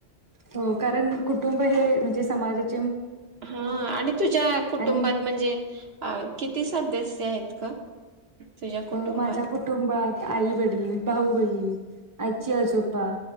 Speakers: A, on the right (about 20°); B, on the right (about 65°).
A: हो कारण कुटुंब हे म्हणजे समाजाच्
B: हा आणि तुझ्या कुटुंबात
A: आणि
B: म्हणजे अ किती सदस्य आहेत ग? तुझ्या कुटुंबात
A: अ माझ्या कुटुंबात आई, वडील, भाऊ, बई ण, आजी, आजोबा,